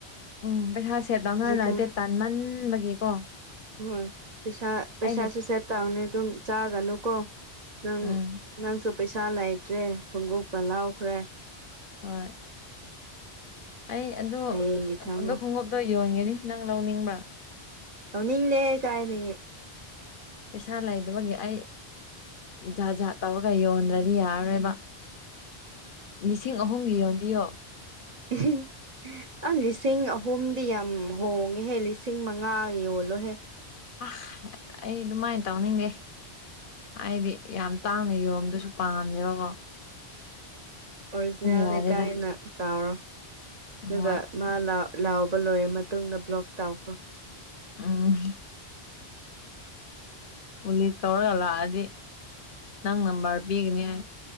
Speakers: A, on the left (about 60°); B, on the right (about 50°).
A: ꯎꯝ ꯄꯩꯁꯥ ꯁꯦꯠꯂꯅꯅ
B: ꯍꯧꯖꯤꯛꯀꯥꯟ
A: ꯅꯠꯇꯦ ꯇꯥꯟꯃꯟꯕꯒꯤꯀꯣ
B: ꯍꯣꯏ ꯄꯩꯁꯥ ꯄꯩꯁꯥꯁꯨ
A: ꯑꯩꯅ
B: ꯁꯦꯚ ꯇꯧꯔꯅꯤ ꯑꯗꯨꯝ ꯆꯥꯒꯅꯨꯀꯣ ꯅꯪ
A: ꯎꯝ
B: ꯅꯪꯁꯨ ꯄꯩꯁꯥ ꯂꯩꯇ꯭ꯔꯦ ꯈꯣꯡꯎꯣꯛꯄ ꯂꯥꯎꯈ꯭ꯔꯦ
A: ꯍꯣꯏ ꯑꯩ ꯑꯗꯨ
B: ꯍꯌꯦꯡꯒꯤ ꯊꯝꯃꯣ
A: ꯑꯣ ꯈꯣꯡꯎꯞꯇꯣ ꯌꯣꯟꯒꯅꯤ ꯅꯪ ꯂꯧꯎꯅꯤꯡꯕ꯭ꯔꯥ
B: ꯅꯤꯅꯦꯦ ꯀꯥꯏꯅꯤ
A: ꯄꯩꯁꯥ ꯂꯩꯗꯕꯒꯤ ꯑꯩ ꯖꯥꯠ ꯖꯥꯠ ꯇꯧꯔꯒ ꯌꯣꯟꯗ꯭ꯔꯗꯤ ꯌꯥꯔꯔꯣꯏꯕ ꯂꯤꯁꯤꯡ ꯑꯍꯨꯝꯒꯤ ꯌꯣꯟꯕꯤꯌꯣ
B: ꯎ ꯑ ꯂꯤꯁꯤꯡ ꯑꯍꯨꯝꯗꯤ ꯌꯥꯝ ꯍꯣꯡꯉꯦꯍꯦ ꯂꯤꯁꯤꯡ ꯃꯉꯥ ꯌꯣꯜꯂꯣꯍꯦ
A: ꯑ ꯑꯩ ꯑꯗꯨꯃꯥꯏꯅ ꯇꯧꯅꯤꯡꯗꯦ ꯍꯥꯏꯗꯤ ꯌꯥꯝ ꯇꯥꯡꯅ ꯌꯣꯝꯗꯨꯁꯨ ꯄꯥꯝꯅꯦꯕꯀꯣ
B: ꯑꯣꯔꯤꯖꯤꯅꯦꯜ
A: ꯌꯥꯔꯦꯗ
B: ꯂꯩ ꯀꯥꯏꯅ ꯇꯥꯎꯔꯣ
A: ꯍꯣꯏ
B: ꯑꯗꯨꯒ ꯃꯥ ꯂꯥꯎꯕ ꯂꯣꯏꯔ ꯃꯇꯨꯡꯗ ꯕ꯭ꯂꯣꯛ ꯇꯥꯎꯈꯣ
A: ꯎꯝ ꯄꯨꯂꯤꯁ ꯀꯧꯔꯒ ꯂꯥꯛꯑꯗꯤ ꯅꯪ ꯅꯝꯕꯔ ꯄꯤꯒꯅꯤ ꯍꯥꯏ